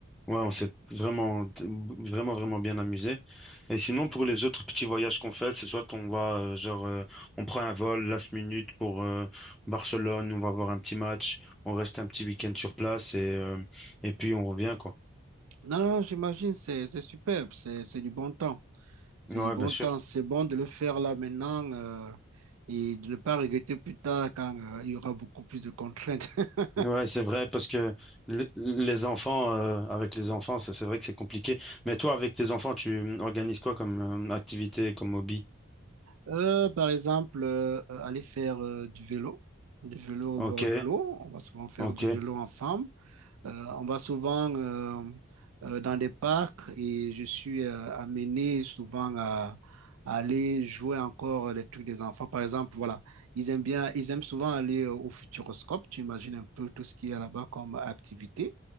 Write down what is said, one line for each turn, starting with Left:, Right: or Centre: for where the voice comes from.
Centre: Ouais, on s'est vraiment, t- vraiment, vraiment bien amusé. Et sinon, pour les autres petits voyages qu'on fait, c'est soit on va, euh, genre, euh, on prend un vol last minute pour euh, Barcelone, on va voir un petit match, on reste un petit week-end sur place et, euh, et puis on revient, quoi.
Right: Non, non, j'imagine, c'est, c'est superbe, c'est, c'est du bon temps. C'est
Centre: Ouais,
Right: du bon
Centre: bien sûr.
Right: temps, c'est bon de le faire là maintenant euh, et de ne pas regretter plus tard quand euh, il y aura beaucoup plus de contraintes. <laughs>
Centre: Ouais, c'est vrai, parce que le- les enfants, euh, avec les enfants, ça, c'est vrai que c'est compliqué. Mais toi, avec tes enfants, tu organises quoi comme euh, activité, comme hobby?
Right: Euh, par exemple, euh, aller faire euh, du vélo, du vélo
Centre: Ok,
Right: au bord de l'eau. On va souvent faire
Centre: ok,
Right: du vélo ensemble. Euh, on va souvent euh, euh, dans des parcs et je suis euh, amené souvent à, à aller jouer encore les trucs des enfants. Par exemple, voilà, ils aiment bien, ils aiment souvent aller euh, au Futuroscope. Tu imagines un peu tout ce qu'il y a là-bas comme activité